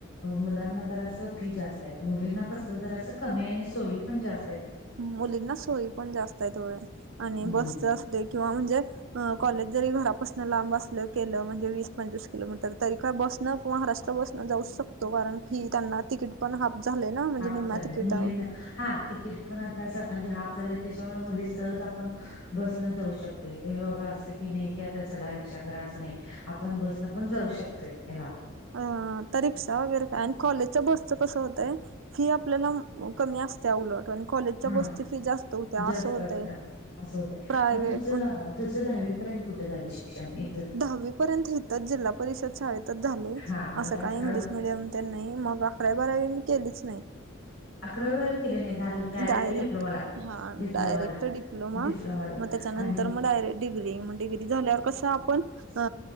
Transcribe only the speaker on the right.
मुलींना सोयी पण जास्त आहेत होय आणि
बस च दे किंव्हा म्हणजे कॉलेज जरी घरापसन लांब आसल केल म्हणजे वी पंचवीस किलोमीटर तरी काय बस न महाराष्ट्र बसन जाऊ शकतो कारण फी त्यांना तिकीट पण हाफ झालय ना म्हणजे
निम्या
तिकिटावर.
अ आता रिक्षा वगैरे काय आणि कॉलेजच्या बसचं कसं होतय फी आपल्याला कमी आस त्या उलट आणि कॉलेजच्या
बसची फी जास्त होत्या
आसं होतय
प्रायवेट
म्हण
दहावी पर्यंत हिथ जिल्हा परिषद शाळेत. इथच झालय
आसं
काय इंग्लिश मिडियम तेन नाही मग अकरावी बारावी मी केलीच नाही.
डायरेक्ट
हा
डायरेक्ट डी प्लोमा
म तेच्यांनंतर
म डायरेक्ट डिग्री म डिग्री झाल्यावर कसं पण अ